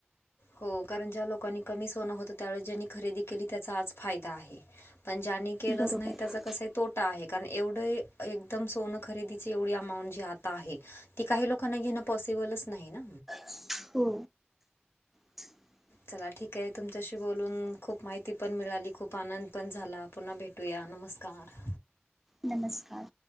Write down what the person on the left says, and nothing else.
हो, कारण ज्या लोकांनी कमी सोनं होतं, त्यावेळेस ज्यांनी खरेदी केली त्याचा आज फायदा आहे. पण ज्यांनी केलंच
नाही, त्याचा कसाय तोट- टा आहे, कारण एवढे एकदम सोनं खरेदीची एवढी अमाऊंट जी आता आहे- ती काही लोकांना घेण पॉसिबलच नाही ना.
चला ठीक आहे, तुमच्याशी बोलून खूप माहिती पण मिळाली, खूप आनंद पण झाला. पुन्हा भेटूया नमस्कार.